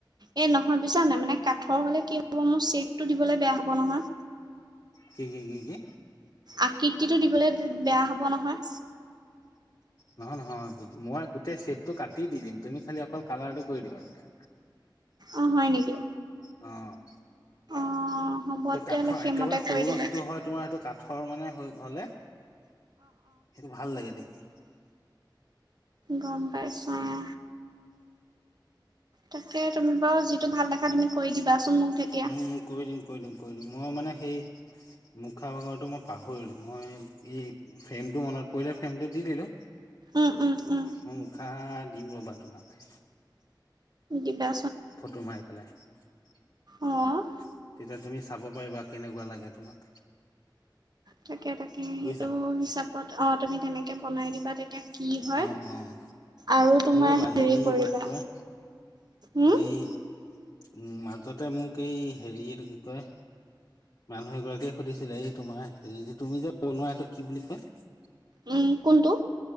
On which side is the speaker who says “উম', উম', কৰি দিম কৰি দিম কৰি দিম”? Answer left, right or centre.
Left